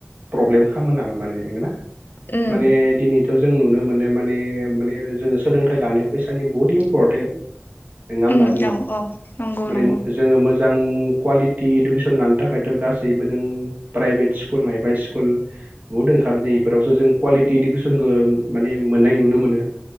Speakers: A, on the right; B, on the left.
A: प्रब्लेम खामोन नामा माने नंगोना
B: उम
A: माने दिनैथ जों नुनो मोनो माने माने जों सोलों लानायाव फैसानि बहुथ इम्परटेन नङा होमबा
B: उम
A: जोङो
B: औ औ नंगौ
A: माने
B: नंगौ
A: जोङो मो मोजां कुवालिटि इडुकेसन लानो थाखायथ गासैबो जों प्राइभेट स्कुल मायबा स्कुल बुहुद ओंखारो दे इफोरावसो जों कुवालिटि इडुकेसनखौ माने मोननाय नुनो मोनो